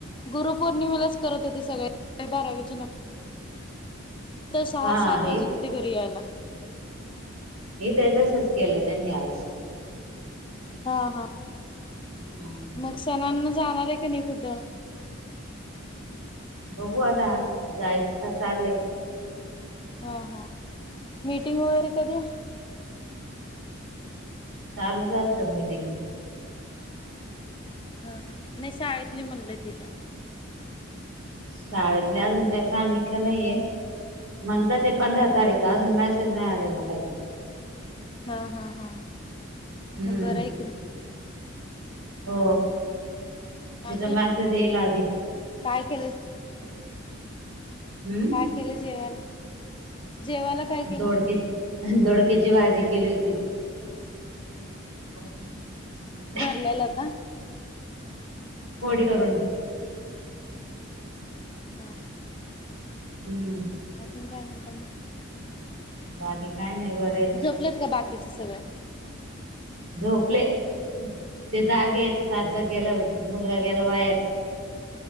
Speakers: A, on the left; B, on the right.
A: गुरु पौर्णिमेलाच करत होते सगळे बारावीच्या न तर सहा
B: हा
A: सात वाजत होते घरी यायला.
B: हे तर तसच केलं त्यांनी आज.
A: हा हा.
B: हम्म.
A: मग सणांना जाणार आहे का नाही कुठं?
B: बघू आता जायचं का चाललय.
A: हा हा मीटिंग वगैरे कधी?
B: चालूच असतात मीटिंग.
A: हा हा नाही शाळेतली म्हणलं तिच्या.
B: शाळेतले अजून का सांगितलं नाहीये. म्हणता ते पंधरा तारीख अजून मॅसेज नाही आलेला काही.
A: हा हा हा
B: हम्म
A: बरं आहे त
B: हो तिचा
A: अजून
B: मेसेज येईल आधी.
A: काय केलेस.
B: हम्म.
A: काय केलं जेवायला? जेवायला. काय केलं?
B: दोडके दोडक्याची भाजी केली होती. <inaudible>
A: भरलेला का?
B: होडी करून.
A: हा हा
B: हम्म.
A: अजून काय चाललंत.
B: बाकी काय नाही, बर्थ.
A: झोपलेत का बाकीचे सगळे?
B: झोपले ते जाागेत सारख गेलं मुलगा गेला वाहेर.